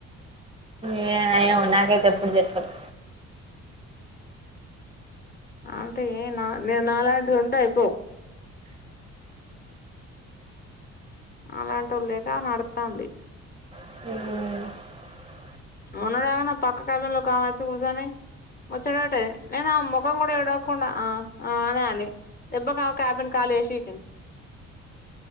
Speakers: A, on the right (about 20°); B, on the left (about 30°).
A: ఏ ఏమొ నాకైతే ఎప్పుడు చెప్పదు
B: ఆ అంటే ఏ నా నాలాంటిది ఉంటే అయిపోవు అలాంటిళ్ళ లేక నడుతంది
A: అవునవును ఇంగ
B: అవునా నా పక్కన ఓకామె వచ్చి కూసోని వచ్చడటే నేను ఆ ముఖం కూడా ఇడవకుండా ఆ ఆ అనే అని తెప్పంగా కబిన్ కాల వేషంది.